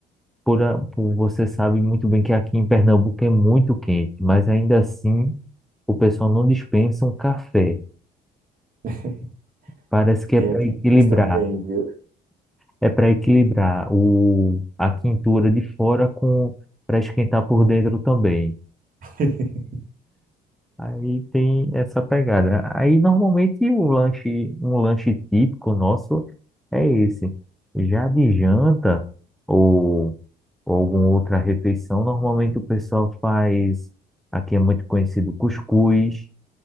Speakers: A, in the centre; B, on the right.
A: por, a- por você sabe muito bem que aqui em Pernambuco é muito quente, mas ainda assim o pessoal não dispensa um café.
B: <laughs>
A: Parece que
B: É
A: é para
B: aqui
A: equilibrar.
B: em Minas também, viu?
A: é para equilibrar o, a quintura de fora com para esquentar por dentro também.
B: <laughs>
A: Aí tem essa pegada. Aí normalmente o lanche, um lanche típico nosso é esse. Já de janta ou, ou alguma outra refeição, normalmente o pessoal faz, aqui é muito conhecido cuscuz.